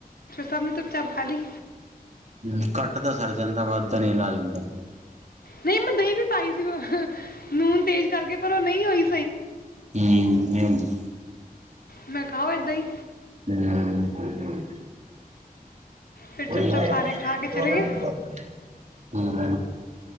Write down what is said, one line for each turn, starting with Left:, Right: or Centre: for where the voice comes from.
Left: ਸਭ ਨੇ ਚੁੱਪ ਚਾਪ ਖਾਲੀ।
Right: ਹਮ ਘੱਟ ਦਾ ਸਰੜ ਜਾਂਦਾ ਵੱਦਾਂ ਨ ਇਲਾਜ ਹੁੰਦਾ।
Left: ਨਹੀਂ ਮੈਂ ਦਹੀਂ ਵੀ ਪਾਈ ਸੀ ਨੂਨ ਤੇਜ਼ ਕਰਕੇ, ਪਰ ਉਹ ਨਹੀਂ ਹੋਈ।
Right: ਹਮ ਨਹੀਂ ਹੁੰਦੀ
Left: ਮੈਂ ਕਿਹਾ ਖਾਓ ਇਦਾ ਹੀ।
Right: ਹਮਮਮਮਮਮ।
Left: ਫਿਰ
Right: ਕੋਈ।
Left: ਚੁੱਪਚਾਪ
Right: <unintelligible>
Left: ਸਾਰੇ ਖਾ ਕੇ ਚਲੇ ਗਏ
Right: ਹਮ,